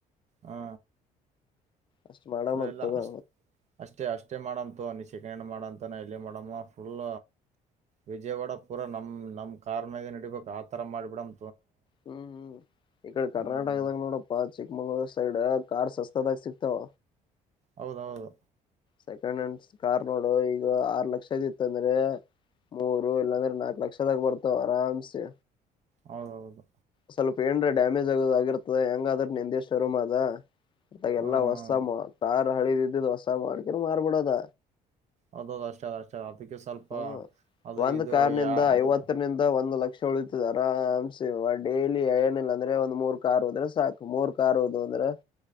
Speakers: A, on the right; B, on the left.
A: ಹಾ
B: ಅಷ್ಟ್ ಮಾಡಮತ್
A: ಇಲ್ಲ ಇಲ್ಲ
B: ತಗೋ
A: ಅಷ್ಟ ಅಷ್ಟೇ ಅಷ್ಟೇ ಮಾಡಂತು ಅನಿಸ ಚಿಕಣ ಮಾಡಂತ ಎಲ್ಲಿ ಮಾಡಮ್ಮ ಫುಲ್ ವಿಜಯವಾಡ ಪೂರ ನಮ್ ನಮ್ಮ್ ಕಾರ್ ಮಾಗ ನಡಿಬೇಕು ಆತರ ಮಾಡ್ಬಿಡಮ
B: ಹ್ಮ್ ಹ್ಮ್ ಇಡೆ ಕರ್ನಾಟಕದಂಗ
A: ಹ್ಮ್
B: ನೋಡಪ್ಪ ಚಿಕ್ಕಮಂಗ್ಳೂರು ಸೈಡ್ ಕಾರ್ ಸಸ್ತದಾಗ ಸಿಕ್ತಾವ
A: ಹೌದೌದು
B: ಸೆಕೆಂಡ್ ಹ್ಯಾಂಡ್ ಕಾರ್ ನೋಡು ಈಗ ಆರ್ ಲಕ್ಷದ ಇತ್ತಂದ್ರೆ ಮೂರು ಇಲ್ಲಾಂದ್ರೆ ನಾಕ ಲಕ್ಷದಾಗ ಬರ್ತಾವ ಆರಾಮ್ಸೆ
A: ಹೌದೌದು
B: ಸ್ವಲ್ಪ ಏನ್್ರ ಡ್ಯಾಮೇಜ್ ಆಗೋ ಆಿರ್ತದ ಹೆಂಗ ಆದ್ರೆ ನಿಂದಷ್ಟ ಅರೋ್ ಅ ಅದಾಗ ಎಲ್ಲಾ
A: ಹ್ಮ್
B: ಹೊಸ ಳಿ ದಿದ್ದಿ ದ ಹಸ್ಸ ಮಾಡಾಣಕ ಮಾರ್ಬಡದ
A: ಹಬ್ಬ ಕಷ್ಟ ಕಷ್ಟ ಹ ಅದಕ್ಕೆ ಸ್ವಲ್ಪ
B: ಹ್ಮ್
A: ಅದು
B: ಒಂದ್
A: ಇದು
B: ಕಾರ್ನಿಂದ
A: ಯಾವುದು
B: ಐವತ್ತರಿಂದ ಒಂದ್ ಲಕ್ಷ ಉಳಿತದ ಆರಾಮ್ಸೆ ಡೈಲಿ ಏನಿಲ್ಲ ಅಂದ್ರೆ ಒಂದ್ ಮೂರ್ ಕಾರ್ ಹೋದ್ರೆ ಸಾಕು ಮೂರ್ ಕಾರ್ ಹೋದು ಅಂದ್ರೆ